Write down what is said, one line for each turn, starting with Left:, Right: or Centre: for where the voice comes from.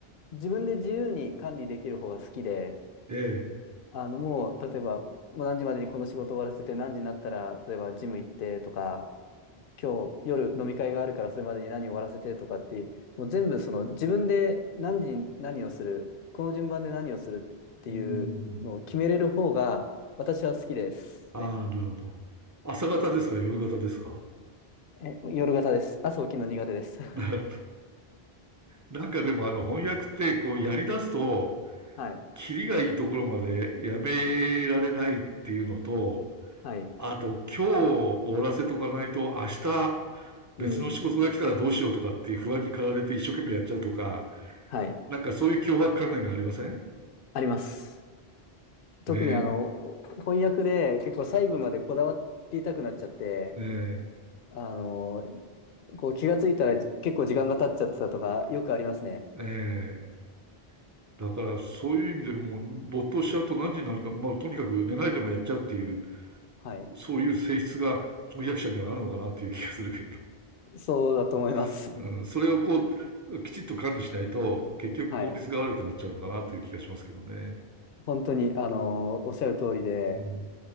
Left: 自分で自由に管理できる方が好きで、
Right: ええ。
Left: あの、もう、例えば、もう何時までにこの仕事終わらせて、何時になったら、例えばジム行ってとか、今日夜飲み会があるからそれまでに何を終わらせてとかって、もう全部その自分で何時に何をする、この順番で何をするっていうのを決めれる方が私は好きですね。
Right: うん。ああ、なるほど。朝方ですか夜型ですか
Left: え、夜型です。朝起きるの苦手です。
Right: <laughs> なんかでもあの翻訳ってこうやり出すと、
Left: <laughs> はい。
Right: キリがいいところまでやめられないっていうのと、
Left: はい。
Right: あと今日終わらせとかないと明日
Left: うん。
Right: 別の仕事が来たらどうしようとかっていう不安に駆られて一生懸命やっちゃうとか、
Left: はい。
Right: なんかそういう脅迫観念がありません
Left: あります。特にあの、
Right: ね
Left: 翻訳で結構細部までこだわりたくなっちゃって、
Right: え。え
Left: あの、こう気がついたらじ結構時間が経っちゃってたとかよくありますね。
Right: ええーだからそういう意味でもう没頭しちゃうと何時になるか、まあとにかく寝ないでもやっちゃうっていう、
Left: はい。
Right: そういう性質が翻訳者にはあるのかなっていう気がするけれど。
Left: そうだと思います。
Right: <laughs> うん、それをこう、きちっと管理しないと、結局効率が悪くなっちゃうのかなという気がしますけどね。
Left: はい。本当に、あのーおっしゃる通りで、
Right: うん、